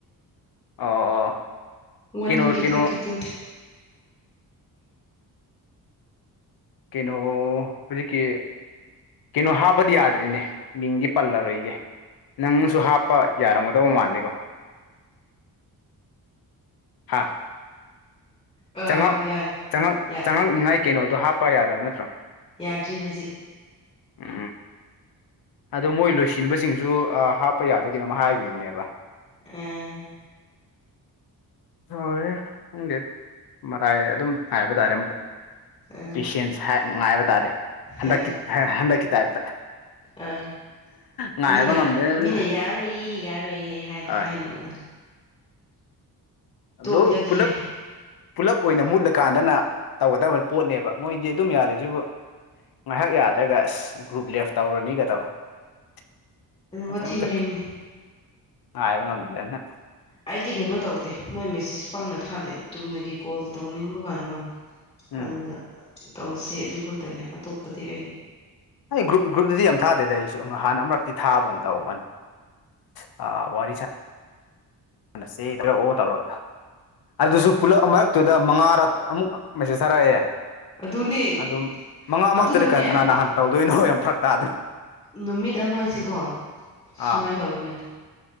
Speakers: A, on the left; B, on the left.
A: ꯑꯣ ꯑꯣ
B: ꯋꯥꯟ
A: ꯀꯩꯅꯣ
B: ꯍꯟꯗ꯭ꯔꯦꯠ
A: ꯀꯩꯅꯣ
B: ꯊꯥꯔꯇꯤ ꯇꯨ
A: ꯀꯩꯅꯣ ꯍꯧꯖꯤꯛꯀꯤ ꯀꯩꯅꯣ ꯍꯥꯞꯕꯗꯤ ꯌꯥꯗ꯭ꯔꯤꯅꯦ ꯃꯤꯡꯗꯤ ꯄꯜꯂꯔꯣꯏꯒꯦ ꯅꯪꯁꯨ ꯍꯥꯞꯄ ꯌꯥꯔꯝꯒꯗꯧꯕ ꯃꯥꯜꯂꯦꯀꯣ ꯍꯥꯥ
B: ꯑꯥ
A: ꯆꯪꯉꯛꯪꯉꯛ
B: ꯌꯥꯔꯦ ꯌꯥ
A: ꯆꯪꯉꯛꯅꯤꯉꯥꯏ ꯀꯩꯅꯣꯗꯣ ꯍꯥꯞꯄ ꯌꯥꯗꯕ ꯅꯠꯇ꯭ꯔꯣ
B: ꯌꯥꯗ꯭ꯔꯤ ꯍꯧꯖꯤꯛ
A: ꯎꯝ ꯎꯝ ꯑꯗꯣ ꯃꯣꯏ ꯂꯣꯏꯁꯤꯟꯕꯁꯤꯡ ꯨ ꯍꯥꯞꯄ ꯌꯥꯗ ꯀꯅꯣꯝ ꯍꯥꯏꯔꯤꯕꯅꯦꯕ
B: ꯑ
A: ꯍꯣꯏ ꯅꯪꯗꯤꯦ ꯃꯔꯥꯏ ꯑꯗꯨꯝ ꯍꯥꯏꯕ ꯇꯥꯔꯦ ꯑꯃꯨꯛꯀ
B: ꯑꯥ
A: ꯄꯦꯁꯦꯟꯁ ꯉꯥꯏꯕ ꯇꯥꯔꯦ ꯍꯟꯗꯛꯀꯤ
B: ꯑꯥ
A: ꯍꯟꯗꯛꯀꯤ ꯇꯥꯏꯞꯇ
B: ꯑꯥ
A: ꯉꯥꯏꯕ
B: ꯃꯤꯅ
A: ꯉꯝꯗ꯭ꯔꯦꯅ
B: ꯃꯤꯅ ꯌꯥꯔꯣꯏꯌꯦ ꯌꯥꯔꯣꯏꯌꯦ ꯍꯥꯏ
A: ꯍꯣꯏ
B: ꯍꯥꯏꯅꯕꯗ
A: ꯍꯜꯂꯣ
B: ꯇꯣꯛꯂꯒꯦ
A: ꯄꯨꯂꯞ ꯄꯨꯂꯞ ꯑꯣꯏꯅ ꯃꯨꯠꯂꯀꯥꯟꯗꯅ ꯇꯧꯒꯗꯕ ꯄꯣꯠꯅꯦꯕ ꯃꯣꯏꯗꯤ ꯑꯗꯨꯝ ꯌꯥꯔꯤꯦꯁꯤꯕꯨ ꯉꯥꯏꯍꯥꯛ ꯌꯥꯗ꯭ꯔꯒ ꯑꯁ ꯒ꯭ꯔꯨꯞ ꯂꯦꯞ ꯇꯧꯔꯅꯤꯒ ꯇꯧꯕ ꯏꯕꯪꯅ
B: ꯋꯥꯊꯤ ꯋꯥꯔꯦꯝꯅꯤ ꯑꯩꯗꯤ ꯀꯩꯅꯣ ꯇꯧꯗꯦ ꯃꯣꯏ ꯃꯦꯁꯦꯖ ꯄꯪꯅ ꯊꯥꯗꯦ ꯆꯨꯝꯅꯒꯤ ꯀꯣꯜ ꯇꯧꯅꯤꯡꯕ ꯀꯥꯟꯗꯣ
A: ꯎꯝ
B: ꯑꯗꯨꯗ ꯇꯧꯁꯤ ꯑꯗꯨ ꯈꯛꯇꯅꯦ ꯑꯇꯣꯞꯄꯗꯤ ꯑꯩ
A: ꯑꯩ ꯒ꯭ꯔꯨꯞ ꯒ꯭ꯔꯨꯞꯇꯗꯤ ꯌꯥꯝ ꯊꯥꯗꯦꯗ ꯑꯩꯁꯨ ꯍꯥꯟꯅ ꯑꯃꯨꯔꯛꯇꯤ ꯊꯥꯕ ꯑꯃ ꯇꯧꯒꯅꯤ ꯑ ꯋꯥꯔꯤ ꯁꯦꯗ꯭ꯔ ꯑꯣ ꯇꯧꯔꯒ ꯑꯗꯨꯁꯨ ꯄꯨꯂꯞ ꯃꯔꯛꯇꯨꯗ ꯃꯉꯥꯔ ꯑꯃꯨꯛ ꯃꯦꯁꯦꯖ ꯊꯥꯔꯛꯑꯦ
B: ꯑꯗꯨꯅꯦ
A: ꯑꯗꯨ ꯃꯉꯥꯃꯛꯇꯗꯤ
B: ꯑꯗꯨꯒꯅꯦ
A: ꯀ ꯀꯅꯥꯅ ꯍꯥꯟꯅ ꯇꯧꯗꯣꯏꯅꯣ ꯌꯥꯝ ꯐꯔꯛ ꯇꯥꯗꯅ
B: ꯅꯨꯃꯤꯠ ꯑꯃꯁꯤꯀꯣ
A: ꯑꯥ
B: ꯁꯨꯃꯥꯏꯅ ꯇꯧꯕꯅꯦ